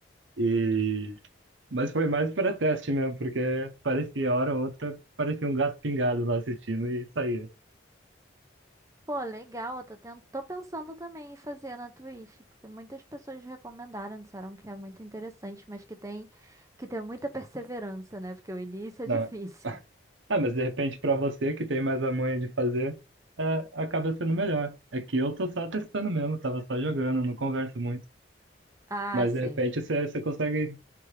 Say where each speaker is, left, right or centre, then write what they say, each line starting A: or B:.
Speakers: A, on the right (about 80°); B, on the right (about 15°).
A: E... Mas foi mais para teste mesmo, porque parecia, hora ou outra, parecia um gato pingado lá assistindo e saía.
B: Pô, legal, eu tô, ten- tô pensando também em fazer na Twitch, porque muitas pessoas recomendaram, disseram que é muito interessante, mas que tem que ter muita perseverança, né? Porque o início é
A: né?
B: <laughs> difícil.
A: Ah, mas de repente para você que tem mais a manha de fazer, é, acaba sendo melhor. É que eu tô só testando mesmo, tava só jogando, não converso muito.
B: Ah,
A: Mas
B: sei.
A: de repente você, você consegue,